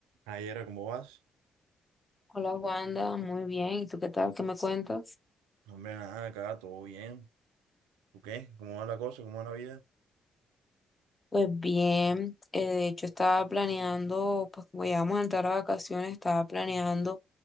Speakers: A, on the right; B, on the left.
A: Ayer, ¿cómo vas?
B: Hola Wanda, muy bien. ¿Y tú qué tal? ¿Qué me cuentas?
A: No, hombre, nada, acá todo bien. ¿Tú qué? ¿Cómo va la cosa? ¿Cómo va la vida?
B: Pues bien, eh, de hecho estaba planeando, pues como ya vamos a entrar a vacaciones, estaba planeando